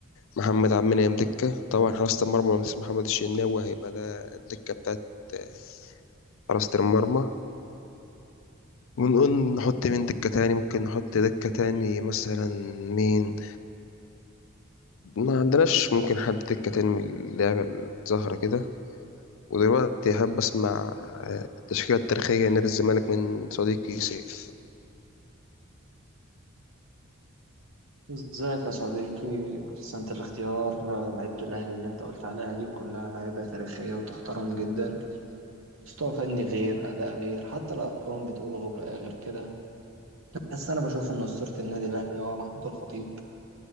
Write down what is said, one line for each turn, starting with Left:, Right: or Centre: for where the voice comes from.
Left: محمد عبد المنعم دكة طبعا حراسة المرمى مثل محمد الشناوي هيبقى ده الدكة بتاعت آه، حراسة المرمى ونقول نحط مين دكة تاني ممكن نحط دكة تاني مثلا مين ما عندناش ممكن حد دكة تاني من اللعبة الزهرة كده ودلوقتي أحب أسمع آه، التشكيلة التاريخية نادي الزمالك من صديقي سيف
Right: ازيك يا صديقي احسنت الاختيار لعيبة الاهلي اللي انت قلت عليها دي كلها لعيبة تاريخية وتحترم جدا مستوى فني غير اداء غير حتى الارقام بتقول غير غير كده بس انا بشوف ان اسطورة النادي الاهلي هو محمود الخطيب